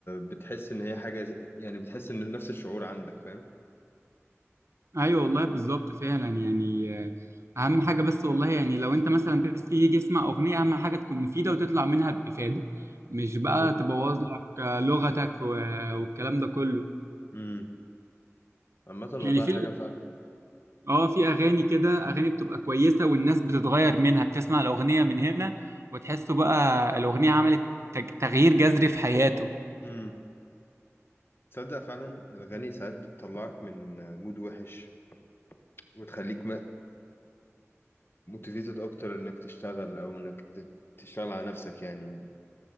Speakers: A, on the left; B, on the right.
A: بتحس ان هي حاجه ز- يعني بتحس ان نفس الشعور عندك فاهم
B: ايوه والله بالظبط فعلا يعني آه، اهم حاجه بس والله يعني لو انت مثلا تيجي يجي يسمع اغنيه اهم حاجه تكون مفيده وتطلع منها بافاده مش بقى
A: بالظبط
B: تبوظ لك آه، لغتك و- والكلام ده كله
A: امم عامه والله
B: يعني في
A: حاجه فعلا
B: اه في اغاني كده اغاني بتبقى كويسه والناس بتتغير منها بتسمع الاغنيه من هنا وتحسه بقى الاغنيه عملت تج- تغيير جذري في حياته
A: امم تصدق فعلا الاغاني ساعات بتطلعك من مود وحش وتخليك موتيفيتد اكتر انك تشتغل او انك ت- تشتغل على نفسك يعني